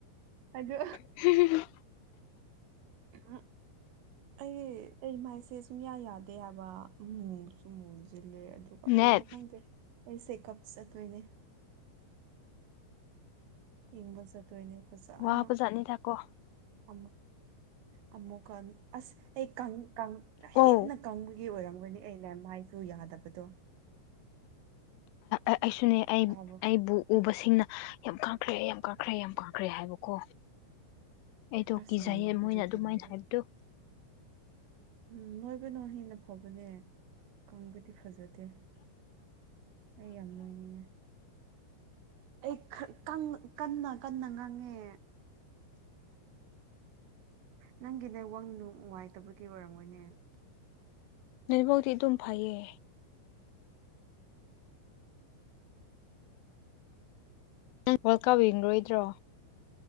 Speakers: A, on the right (about 85°); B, on the left (about 85°).
A: ꯑꯗꯣ
B: <unintelligible>
A: <inaudible> ꯑꯩ ꯑꯩ ꯃꯥꯏꯁꯦ ꯁꯨꯡꯌꯥ ꯌꯥꯗꯦ ꯍꯥꯏꯕ ꯎꯝ ꯃꯨꯁꯨ ꯃꯨꯁꯤꯜꯂꯦ ꯑꯗꯨꯒ ꯀꯩꯅꯣ
B: ꯅꯦꯠ
A: ꯈꯪꯗꯦ ꯑꯩ ꯆꯦ ꯀꯞꯆꯗꯣꯏꯅꯦ ꯆꯤꯡꯗ ꯆꯠꯇꯣꯏꯅꯦ ꯐꯖꯅ
B: ꯋꯥꯕꯖꯥꯠꯅꯤꯗꯀꯣ
A: ꯑꯃꯨꯛ ꯑꯃꯨꯛꯀ ꯑꯁ ꯑꯩ ꯀꯪ ꯀꯪ ꯍꯦꯟꯅ
B: ꯑꯣ
A: ꯀꯪꯕꯒꯤ ꯑꯣꯏꯔꯝꯒꯅꯤ ꯑꯩꯅ ꯃꯥꯏꯗꯣ ꯌꯥꯗꯕꯗꯣ
B: ꯑꯩꯁꯨꯅꯦ ꯑꯩ
A: ꯇꯥꯕ꯭ꯔꯣ
B: ꯑꯩꯕꯨ ꯎꯕꯁꯤꯡꯅ ꯌꯥꯝ ꯀꯪꯈ꯭ꯔꯦ ꯌꯥꯝ ꯀꯪꯈ꯭ꯔꯦ ꯌꯥꯝ ꯀꯪꯈ꯭ꯔꯦ ꯍꯥꯏꯕꯀꯣ ꯑꯩꯗꯣ
A: ꯑꯁ
B: ꯀꯤꯖꯩꯌꯦ
A: ꯌꯥꯝ ꯅꯣꯏꯕꯗꯨꯗꯤ
B: ꯃꯣꯏꯅ ꯑꯗꯨꯃꯥꯏꯅ
A: ꯅꯪꯗꯤ
B: ꯍꯥꯏꯕꯗꯣ
A: ꯎꯝ ꯅꯣꯏꯕꯅ ꯍꯦꯟꯅ ꯐꯕꯅꯦ ꯀꯪꯒꯗꯤ ꯐꯖꯗꯦ ꯑꯩ ꯌꯥꯝ ꯅꯣꯏꯅꯤꯡꯉꯦ ꯑꯩ ꯀꯠ ꯀꯪꯅ ꯀꯟꯅ ꯀꯟꯅ ꯉꯥꯡꯉꯦ ꯅꯪꯒꯤ ꯅꯦꯠꯋꯥꯡ ꯅꯨꯉꯥꯏꯇꯕꯒꯤ ꯑꯣꯏꯔꯝꯃꯒꯅꯤ
B: ꯅꯦꯠꯋꯥꯛꯇꯤ ꯑꯗꯨꯝ ꯐꯩꯌꯦ ꯅꯪ ꯋꯥꯔꯜ ꯀꯞ ꯌꯦꯡꯂꯣꯏꯗ꯭ꯔꯣ